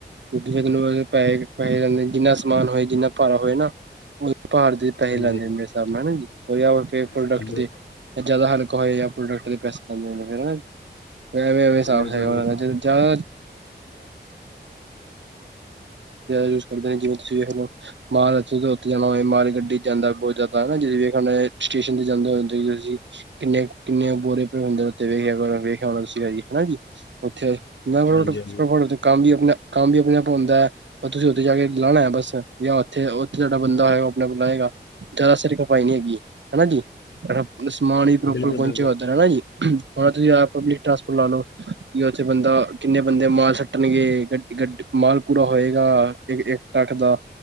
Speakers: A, on the right (about 85°); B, on the left (about 85°).
A: <unintelligible> ਜਿੰਨਾ ਸਮਾਨ ਹੋਏ ਜਿੰਨਾ ਭਾਰਾ ਹੋਏ ਨਾ ਉਹ ਭਾਰ ਦੇ ਪੈਹੇ
B: ਹਾਂਜੀ
A: ਲੈਂਦੇ ਮੇਰੇ ਹਿਸਾਬ ਨਾਲ ਨਾ ਜੀ, <unintelligible> ਪ੍ਰੋਡਕਟ
B: ਹਾਂਜੀ
A: ਦੇ ਜ਼ਿਆਦਾ ਹਲਕਾ ਹੋਏ ਜਾਂ ਪ੍ਰੋਡਕਟ ਦੇ ਪੈਸੇ। <unintelligible> ਐਵੇਂ ਐਵੇਂ ਸਾਬ
B: ਬਿਲਕੁਲ
A: ਹੈਗਾ
B: ਬਿਲਕੁਲ
A: ਉਹਨਾਂ ਦਾ ਜ <unintelligible> ਜਾਦਾ ਯੂਜ ਕਰਦੇ ਨੇ ਜਿਵੇਂ ਤੁਸੀਂ ਵੇਖ ਲੋ, <unintelligible> ਹੋਵੇ ਮਾਲ ਗੱਡੀ। ਜਾਂਦਾ <unintelligible> ਸਟੇਸ਼ਨ ਤੇ ਜਾਂਦੇ ਹੁੰਦੇ ਤੁਸੀਂ। ਕਿੰਨੇ ਕਿੰਨਿਆਂ ਬੋਰੇ ਭਉਂਦੇ ਵੇਖਿਆ ਪਰਾ ਵੇਖਿਆ ਹੋਣਾ ਤੁਸੀਂ ਹੇਨਾ ਜੀ ਉੱਥੇ। <unintelligible>
B: ਹਾਂਜੀ ਹਾਂਜੀ
A: ਕੰਮ ਈ ਆਪਨਾ ਕੰਮ ਵੀ ਆਪਨਾ ਆਪ ਹੁੰਦਾ ਐ। ਪਰ ਤੁਸੀਂ ਉੱਥੇ ਜਾ ਕੇ ਲਾਨਾ ਐ ਬਸ, ਯਾ ਉੱਥੇ ਉੱਥੇ ਜੇੜਾ ਬੰਦਾ ਆਏਗਾ ਉਹ ਆਪਨੇ ਆਪ ਲਏਗਾ। ਜਾਦਾ ਸਿਰ ਖਪਾਈ ਨੀ ਹੈਗੀ ਹੇਨਾ ਜੀ, ਸਮਾਨ ਈ ਪ੍ਰੋਪਰ
B: ਬਿਲਕੁਲ
A: ਪਹੁੰਚੇਗਾ
B: ਬਿਲਕੁਲ
A: ਉੱਧਰ ਹੇਨਾ ਜੀ। <unintelligible> ਤੁਸੀਂ ਆਪ ਪਬਲਿਕ ਟਰਾਂਸਪੋਰਟ ਲਾ ਲੋ। ਕਿ ਉੱਥੇ ਬੰਦਾ ਕਿੰਨੇ ਬੰਦੇ ਮਾਲ ਸੱਟਣਗੇ ਗਡ ਗੱਡੀ ਮਾਲ ਪੂਰਾ ਹੋਏਗਾ ਏਹ ਏ। ਟੱਕਦਾ